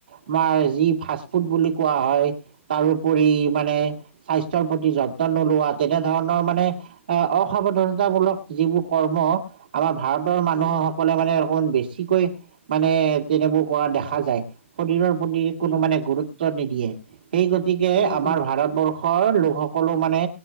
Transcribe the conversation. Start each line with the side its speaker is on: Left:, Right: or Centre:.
Right: আমাৰ যি ফাষ্ট ফুড বুলি কোৱা হয় তাৰোপৰি মানে স্বাস্থ্যৰ প্ৰতি যত্ন নোলোৱাত তেনেধৰণৰ মানে অসাৱধনতামূলক যিবোৰ কৰ্ম আমাৰ ভাৰতৰ মানুহসকলে
Left: উম
Right: মানে অকমান বেছিকৈ মানে তেনেবোৰ কৰা দেখা যায় শৰীৰৰ শৰীৰৰ প্ৰতি
Left: উম
Right: কোনো মানে গুৰুত্ব নিদিয়ে সেই গতিকে
Left: নিদি
Right: আমাৰ ভাৰতবৰ্ষৰ লোকসকলো মানে